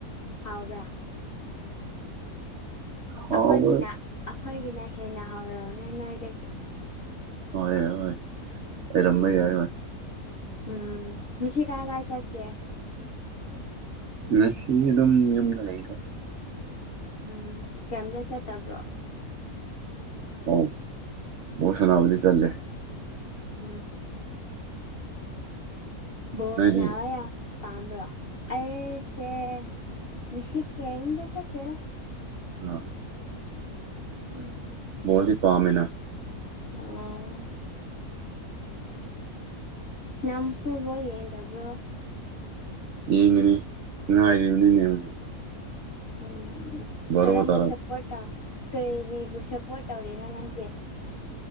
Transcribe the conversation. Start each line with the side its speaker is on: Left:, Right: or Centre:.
Left: ꯍꯥꯎꯕ꯭ꯔꯥ
Right: ꯍꯥꯎꯕ
Left: ꯑꯩꯈꯣꯏꯒꯤꯅ
Right: ꯍꯣꯏ
Left: ꯑꯩꯈꯣꯏꯒꯤꯅ ꯍꯦꯟꯅ ꯍꯧꯔꯝꯅꯤ ꯅꯣꯏꯗꯒꯤ
Right: ꯍꯣꯏ ꯍꯣꯏ ꯑꯣꯏꯔꯝꯕ
Left: ꯎꯝ
Right: ꯌꯥꯏ
Left: ꯎꯝ ꯉꯁꯤ ꯀꯥꯏ ꯀꯥꯢ ꯆꯠꯀꯦ
Right: ꯉꯁꯤ ꯑꯗꯨꯝ ꯌꯨꯝꯗ ꯂꯩꯗ
Left: ꯎꯝ ꯀꯩꯝꯇ ꯆꯠꯇꯕ꯭ꯔꯣ
Right: ꯑꯥ ꯕꯣꯜ ꯁꯥꯅꯕꯗꯤ ꯆꯠꯂꯦ
Left: ꯎꯝ ꯕꯣꯜ
Right: ꯅꯣꯏꯗꯤ
Left: ꯁꯥꯅꯕ ꯌꯥꯝ ꯄꯥꯝꯕ꯭ꯔꯣ ꯑꯩꯁꯦ ꯉꯁꯤ ꯀꯩꯝꯇ ꯆꯠꯇꯦꯗ
Right: ꯑ
Left: ꯎꯝ
Right: ꯕꯣꯜꯗꯤ ꯄꯥꯝꯃꯦꯅ
Left: ꯎꯝ
Right: <inaudible>
Left: ꯅꯪ ꯐꯨꯠꯕꯣꯜ ꯌꯦꯡꯗꯕ꯭ꯔꯣ
Right: ꯌꯦꯡꯉꯅꯤ ꯉꯥꯏꯔꯤꯕꯅꯤꯅꯦ ꯍꯧꯖꯤꯛ
Left: ꯎꯝ
Right: ꯕꯥꯔꯣ
Left: ꯀꯔꯝꯕ
Right: ꯇꯥꯔꯛ
Left: ꯁꯞꯄꯣꯔꯠ ꯇꯧ ꯀꯔꯤꯕꯨ ꯁꯞꯄꯣꯔꯠ ꯇꯧꯔꯤꯅꯣ ꯅꯪꯗꯤ